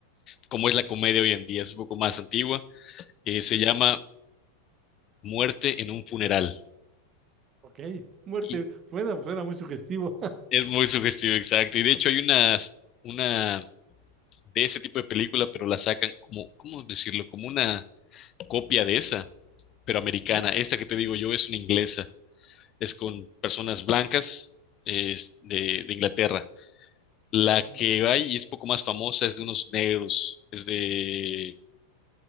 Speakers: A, on the left; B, on the right.
A: como es la comedia hoy en día, es un poco más antigua, eh,
B: Ujú.
A: se llama Muerte en un funeral.
B: Ok, muerte,
A: Y
B: bueno, pues suena muy sugestivo.
A: es muy sugestivo, exacto. Y de hecho hay una, una de ese tipo de película, pero la sacan como, ¿cómo decirlo? Como una copia de esa, pero americana.
B: Sí.
A: Esta que te digo yo es una inglesa, es con personas blancas eh, de, de Inglaterra. La
B: Ajá.
A: que hay y es poco más famosa es de unos negros, es de